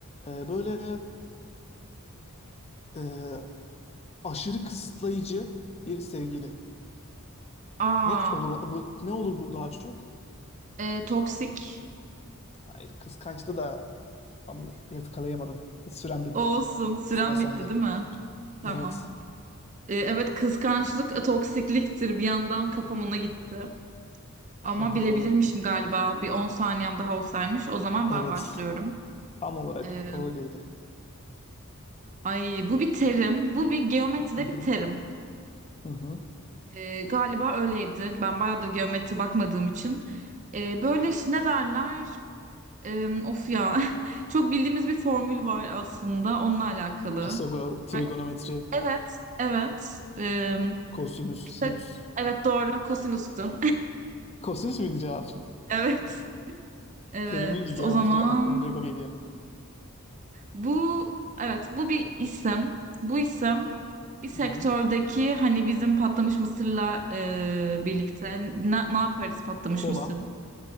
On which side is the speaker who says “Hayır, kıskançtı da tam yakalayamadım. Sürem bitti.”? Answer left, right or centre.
Left